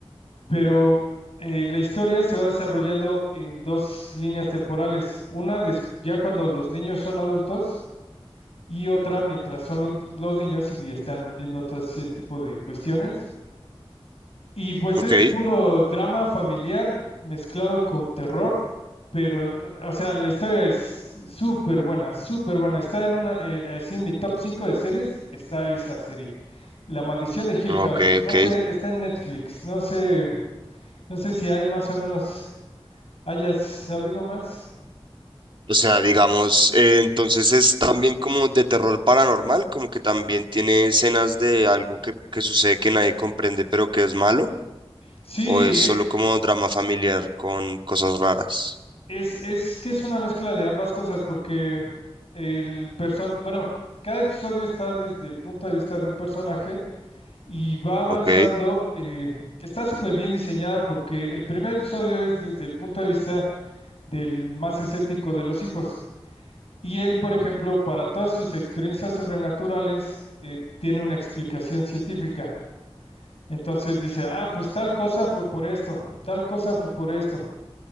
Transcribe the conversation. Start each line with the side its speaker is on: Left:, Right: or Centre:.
Left: Pero eh, la historia se va desarrollando en dos líneas temporales. Una, des- ya cuando los niños son adultos, y otra mientras son los, los niños y están viendo todo ese tipo de cuestiones. Y pues
Right: Ok,
Left: es puro drama familiar mezclado con terror, pero, no, o sea, la historia es súper buena, súper buena. Está en una, eh, así en mi top 5 de series, está esa serie. La maldición de Hill
Right: ok,
Left: House, no
Right: ok.
Left: sé, está en Netflix, no sé, no sé si hay más o menos, hayas habido más.
Right: O sea, digamos, eh, entonces es también como de terror paranormal, como que también tiene escenas de algo que, que sucede que nadie comprende, pero que es malo,
Left: Sí,
Right: o es solo como drama familiar con cosas raras.
Left: Es, es que es una mezcla de ambas cosas, porque el person, bueno, cada episodio está desde el punto de vista de un personaje y va avanzando.
Right: Ok,
Left: eh, está súper bien diseñada porque el primer episodio es desde el punto de vista del más escéptico de los hijos. Y él, por ejemplo, para todas sus experiencias sobrenaturales, eh, tiene una explicación científica. Entonces dice, ah, pues tal cosa fue por esto, tal cosa fue por esto.